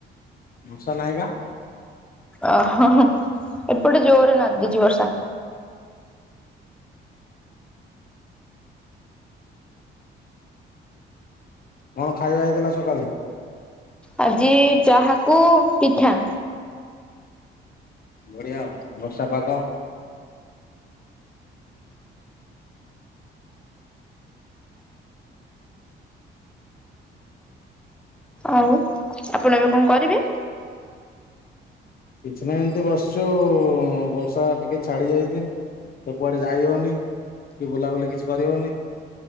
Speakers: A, on the left (about 50°); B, in the centre.
A: ମୂଷା ନାଇଁ ବା।
B: ଅଁ-ହଁ-ହୁଁ ଏପଟେ ଜୋର୍ ନାଦିଚି ବର୍ଷା।
A: କଣ ଖାଇବା ହେଇଥିଲା ସକାଳେ।
B: ଆଜି ଚାହାକୁ ପିଠା।
A: ବଢିଆ ଆଉ ବର୍ଷା ପାଗ।
B: ଆଉ ଆପଣ ଏବେ କଂ କରିବେ।
A: କିଛି ନାହିଁ ଏମ୍ତି ବସ୍ଚୁ ବର୍ଷା ଟିକେ ଛାଡି ଯାଇଚି। ତ କୁଆଡେ ଯାଇହଉନି କି ବୁଲାବୁଲି କିଛି କରିହଉନି।